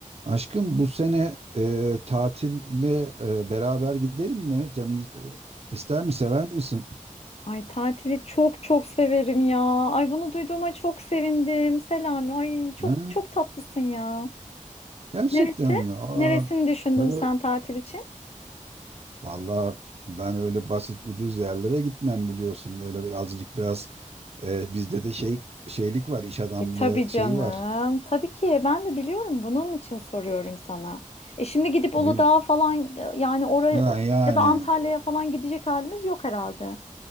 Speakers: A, on the right; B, on the left.
A: Aşkım bu sene e, tatille e, beraber gidelim mi? Canın e, ister mi, sever misin?
B: Ay tatili çok çok severim ya. Ay bunu duyduğuma çok sevindim. Selami. Ay çok
A: Ha,
B: çok tatlısın ya.
A: gerçekten
B: Neresi?
A: mi? Aa,
B: Neresini düşündün
A: ya
B: sen tatil için?
A: vallahi ben öyle basit ucuz yerlere gitmem biliyorsun. Böyle bir azıcık biraz e, bizde de şey şeylik var, iş adamlığı
B: E tabii canım.
A: şeyi var.
B: Tabii ki ben de biliyorum. Bunun için soruyorum sana. E şimdi gidip
A: O
B: Uludağ'a
A: yüzden
B: falan e, yani oraya
A: yani, yani
B: ya da Antalya'ya falan gidecek halimiz yok herhalde.